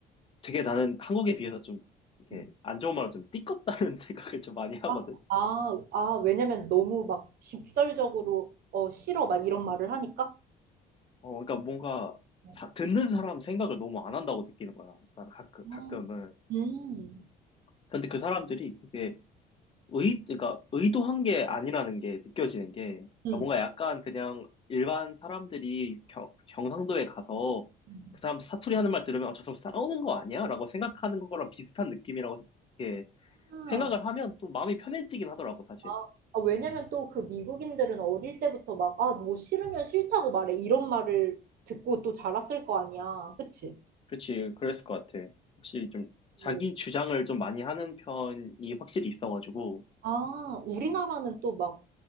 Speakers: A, on the left; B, on the right.
A: 되게 나는 한국에 비해서 좀 이렇게
B: 음.
A: 안 좋은 말로 좀 띠껍다는 <laughs> 생각을 좀 많이 하거든.
B: 아, 아, 아, 왜냐면 너무 막 직설적으로 어, 싫어 막 이런 말을 하니까.
A: 어, 그러니까 뭔가
B: 어.
A: 사- 듣는 사람 생각을 너무 안 한다고 느끼는 거야. 나는 가끔,
B: 음,
A: 가끔은.
B: 음,
A: 근데 그 사람들이 그게 의, 그러니까 의도한 게 아니라는 게 느껴지는 게 그러니까
B: 음.
A: 뭔가 약간 그냥 일반 사람들이 경, 경상도에 가서
B: 음.
A: 그 사람들 사투리 하는 말 들으면 어, 저 사람 싸우는 거 아니야? 라고 생각하는 거랑 비슷한 느낌이라고 이렇게
B: 그렇구나.
A: 생각을 하면 또 마음이 편해지긴 하더라고, 사실.
B: 아, 아, 왜냐면 또 그 미국인들은 어릴 때부터 막, 아, 뭐 싫으면 싫다고 말해. 이런 말을 듣고 또 자랐을 거 아니야. 그치?
A: 그렇지, 그랬을 것 같아. 혹시 좀 자기
B: 오.
A: 주장을 좀 많이 하는 편이 확실히 있어가지고,
B: 아, 우리나라는 또 막,